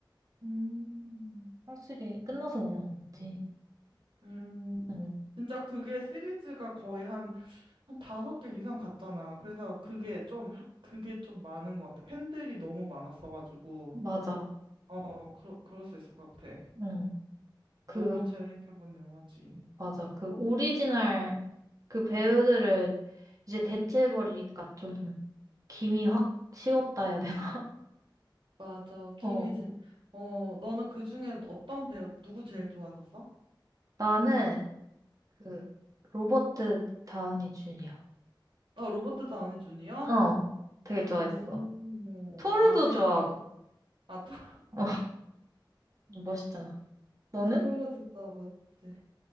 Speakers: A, on the right; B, on the right.
A: 음,
B: 확실히 끝나서 그런 건지.
A: 음.
B: 응.
A: 진짜 그게 시리즈가 거의 한, 한 다섯 개 이상 갔잖아. 그래서 그게 좀, 그게 좀 많은 것 같아. 팬들이 너무 많았어가지고.
B: 맞아.
A: 어, 그러, 그럴 수 있을 것 같아.
B: 응.
A: 너무
B: 그
A: 재밌게 본 영화지.
B: 맞아.
A: 또.
B: 그 오리지널 그 배우들을 이제 대체해버리니까 좀 김이 확 식었다 해야 되나?
A: 맞아. 김희진.
B: <laughs> 어.
A: 어, 너는 그중에 어떤 배우, 누구 제일 좋아했었어?
B: 나는 그 로버트 다우니 주니어.
A: 아, 로버트 다우니 주니어?
B: 어. 되게 좋아했어.
A: 오...
B: 토르도
A: 아재,
B: 좋아하고.
A: 아, 토,
B: 어. 멋있잖아. 너는?
A: 아, 토르 <laughs> 진짜 멋있지.